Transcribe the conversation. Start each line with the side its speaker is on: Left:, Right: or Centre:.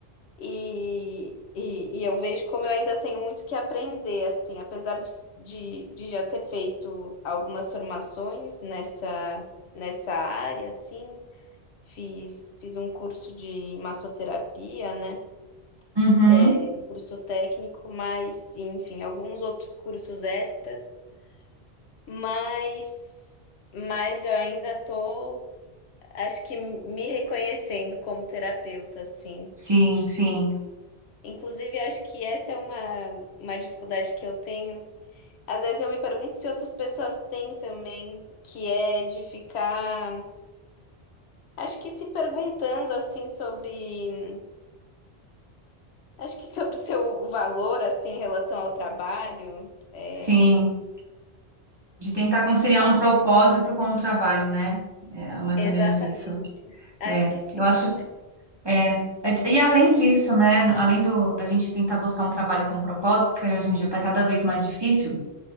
Left: E, e, e eu vejo como eu ainda tenho muito que aprender, assim, apesar de, de, de já ter feito algumas formações nessa, nessa área, assim, fiz, fiz um curso de massoterapia, né?
Right: Uhum.
Left: É, um curso técnico, mas, enfim, alguns outros cursos extras, mas, mas eu ainda tô, acho que me reconhecendo como terapeuta, assim.
Right: Sim, sim,
Left: Inclusive, acho que essa é uma, uma dificuldade que eu tenho. Às vezes eu me pergunto se outras pessoas têm também, que é de ficar, acho que se perguntando assim sobre, acho que sobre o seu valor assim em relação ao trabalho. É,
Right: sim. De tentar conciliar um propósito com o trabalho, né? É mais
Left: exatamente.
Right: ou menos isso.
Left: Acho
Right: É,
Left: que sim.
Right: eu acho É, é- e além disso, né, além do, da gente tentar buscar um trabalho com propósito, porque hoje em dia está cada vez mais difícil,